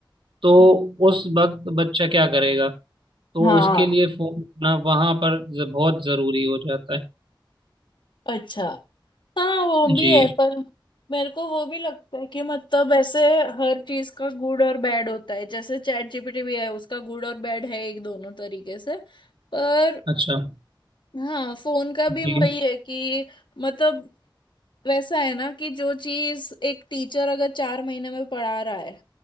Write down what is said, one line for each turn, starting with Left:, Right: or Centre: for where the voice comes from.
Right: तो उस वक्त बच्चा क्या करेगा तो
Left: हाँ
Right: उसके लिए फोन ना वहां पर ज- बहुत जरूरी हो जाता है
Left: अच्छा हाँ वो भी
Right: जी
Left: है पर मेरे को वो भी लगता है कि मतलब ऐसे हर चीज का गुड और बैड होता है जैसे चैट जीपीटी भी है उसका गुड और बैड है एक दोनों तरीके से पर
Right: अच्छा
Left: हाँ फोन का भी
Right: जी
Left: वही है कि मतलब वैसा है ना कि जो चीज एक टीचर अगर चार महीने में पढ़ा रहा है